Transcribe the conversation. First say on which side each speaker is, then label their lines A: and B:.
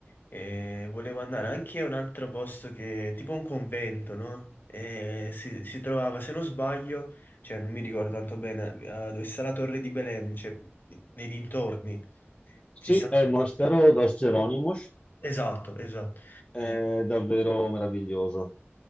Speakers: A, on the left; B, on the left.
A: E volevo andare anche a un altro posto che, tipo un convento, no? E si, si trovava, se non sbaglio, cioè non mi ricordo tanto bene, eh, dove sta la torre di Belem, cioè nei dintorni. Ci
B: Sì,
A: sta...
B: è
A: un convento.
B: il monastero Dos Geronimos,
A: Esatto, esatto.
B: è davvero meraviglioso.